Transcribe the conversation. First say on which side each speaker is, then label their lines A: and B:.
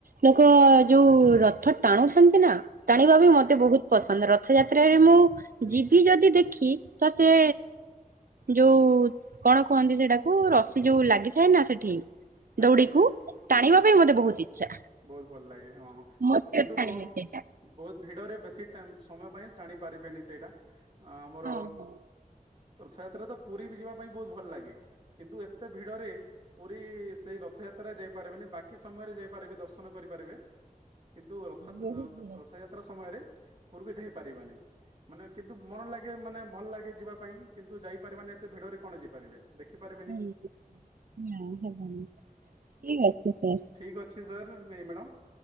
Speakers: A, on the right; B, on the right.
A: ଲୋକ ଯୋଉ ରଥ ଟାଣୁଥାନ୍ତି ନା। ଟାଣିବା ବି
B: ଆଜ୍ଞା
A: ମତେ ବୋହୁତ୍ ପସନ୍ଦ୍ ରଥଯାତ୍ରାରେ ମୁଁ ଯିବି ଯଦି ଦେଖି। ତ ସେ ଯୋଉ କଣ କୁହନ୍ତି ସେଟା। କୁ ରସି ଯୋଉ ଲାଗିଥାଏ ନା ସେଠି।
B: ଆଜ୍ଞା
A: ଦଉଡିକୁ
B: ଆଜ୍ଞା।
A: ଟାଣିବା
B: ଆଜ୍ଞା
A: ପାଇଁ ମତେ ବହୁତ ଇଚ୍ଛା
B: ବୋହୁତ୍ ଭଲ ଲାଗେ ହଁ
A: ମୋ ସହିତ
B: କିନ୍ତୁ
A: ଟାଣିବେ
B: ବୋମ୍
A: ସେଇଟା
B: ବୋହୁତ୍ ଭିଡରେ ବେଶୀ ଟା ସମୟ ପାଇଁ ଟାଣି ପାରିବେନି ସେଇଟା। ଆମର
A: ହଁ ହଁ
B: ରଥଯାତ୍ରାରେ ତ ପୁରୀ ବି ଯିବା ପାଇଁ ବୋହୁତ୍ ଭଲ ଲାଗେ। କିନ୍ତୁ ଏତେ ଭିଡରେ‌‌। ପୁରୀ ସେଇ ରଥଯାତ୍ରା ଯାଇପାରିବେନି ବାକି ସମୟରେ ଯାଇପାରିବେ ଦର୍ଶନ କରିପାରିବେ। କିନ୍ତୁ ରଥ
A: ବହୁତ ଭିଡ
B: ରଥଯାତ୍ରା ସମୟରେ ପୂର୍ବେ ଯାଇ ପାରିବାନି। ମାନେ କିନ୍ତୁ ମନ ଲାଗେ ମାନେ ଭଲ ଲାଗେ ଯିବା ପାଇଁ କିନ୍ତୁ ଯାଇପାରିବାନି ଏତେ ଭିଡରେ କଣ ଯାଇପାରିବେ। ଦେଖିପାରିବେ।
A: ହଁ ହଁ ହେବି ଠିକ୍ ଅଛି ସ
B: ଠିକ୍ ଅଛି ସାର୍ ନାଇଁ ମ୍ୟାଡ଼ାାମ୍